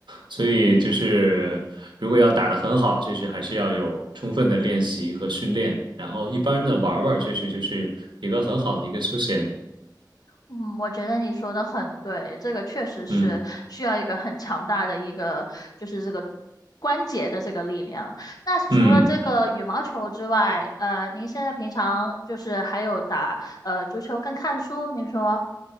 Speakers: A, on the right; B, on the left.
A: 所以就是，如果要打得很好，确实还是要有充分的练习和训练。然后一般的玩儿玩儿确实就是一个很好的一个休闲。
B: 嗯，我觉得你说的很对，这个确实是需要一个很强大的一个，
A: 嗯
B: 就是这个关节的这个力量。那除了这个羽毛球之外，
A: 嗯。
B: 呃，您现在平常就是还有打呃足球跟看书，您说，